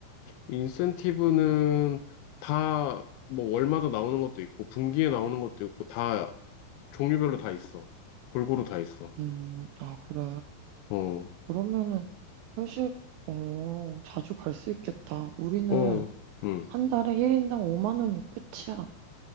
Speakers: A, on the left; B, on the right.
A: 인센티브는 다, 뭐, 월마다 나오는 것도 있고, 분기에 나오는 것도 있고, 다, 종류별로 다 있어. 골고루 다 있어.
B: 음, 아, 그래.
A: 어,
B: 그러면은 회식, 어, 자주 갈 수 있겠다. 우리는
A: 어, 음.
B: 한 달에 1인당 5만 원이 끝이야.